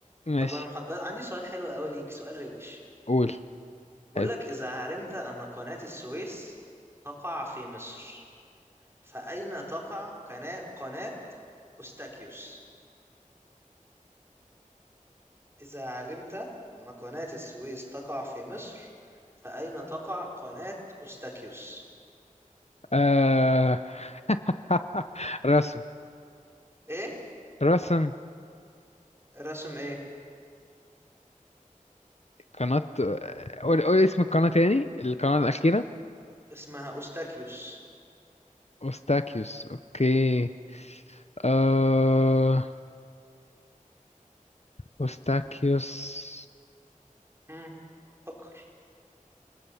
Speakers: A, on the left (about 50°); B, on the right (about 20°).
A: ماشي
B: طب انا محضر عندي سؤال حلو قوي ليك سؤال روش
A: قول
B: بقول
A: حلو
B: لك اذا علمت ان قناة السويس تقع في مصر فاين تقع قناة قناة أوستاكيوس اذا علمت ان قناة السويس تقع في مصر فاين تقع قناة أوستاكيوس
A: آه... <laughs> رسم
B: ايه
A: رسم
B: رسم ايه
A: قناة آه، قول قول اسم القناة تاني القناة الأخيرة
B: اسمها أوستاكيوس
A: أوستاكيوس أوكي آه... أوستاكيوس
B: امم فكر